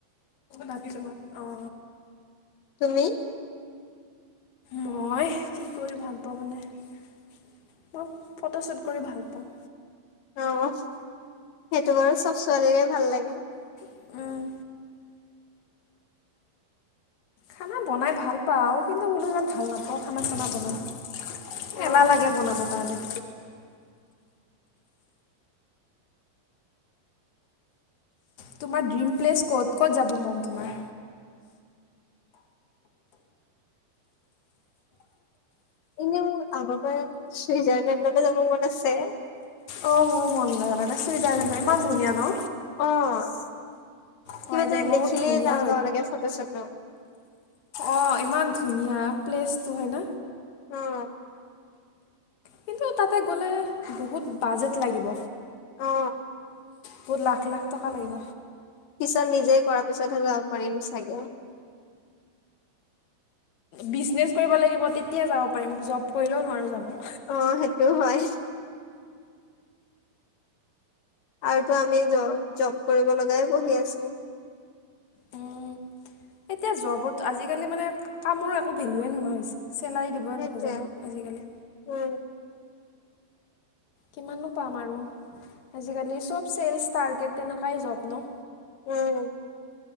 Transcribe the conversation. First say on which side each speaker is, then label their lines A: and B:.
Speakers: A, on the left; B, on the left.
A: বাথৰুমত অ'।
B: তুমি
A: মই কি কৰি ভাল পাওঁ মানে মই ফটোশ্বুট কৰি ভাল পাওঁ।
B: অ'। সেইটো বাৰু চব ছোৱালীৰে ভাল লাগে।
A: উম, খানা বনাই ভাল পাওঁ আৰু কিন্তু বোলো ইয়াত ভাল নাপাওঁ খানা চানা বনাই।
B: অ
A: এলাহ লাগে বনাবৰ কাৰণে। তোমাৰ ড্ৰিম প্লেচ ক'ত ক'ত যাব মন তোমাৰ?
B: এনে মোৰ আগৰ পৰা চুইজাৰলেণ্ডক যাব মন আছে।
A: অ' মোৰ মন যায় জানানে চুইজাৰলেণ্ড, ইমান ধুনীয়া ন।
B: অ'
A: হয়
B: কিবা
A: দেই
B: এ
A: বহুত
B: দেখিলেই
A: ধুনীয়া
B: যাওঁ যাওঁ লাগে ফটো চটো।
A: অ' ইমান ধুনীয়া প্লেচটো হয় ন?
B: অ'
A: কিন্তু তাতে গ'লে বহুত বাজেট লাগিব।
B: অ
A: বহুত লাখ, লাখ টকা লাগিব।
B: পিছত নিজে কৰাৰ পিছতহে যাব পাৰিম চাগে।
A: বিজনেচ কৰিব লাগিব তেতিয়া যাব পাৰিম, জব কৰিলেও নোৱাৰো যাব।
B: অ সেইটো হয় আৰুতো আমি জ, জব কৰিব লগাই পঢ়ি আছোঁ।
A: উম, এতিয়া জবত আজিকালি মানে কামৰ একো ভেলুয়ে নোহোৱা হৈছে। চেলাৰী দিবই
B: সেইটোৱে
A: নোখোজে ন? আজিকালি।
B: উম
A: কিমাননো পাম আৰু, আজিকালি চব ছেলচ ষ্টাৰটেড তেনেকুৱাই জব ন?
B: উম।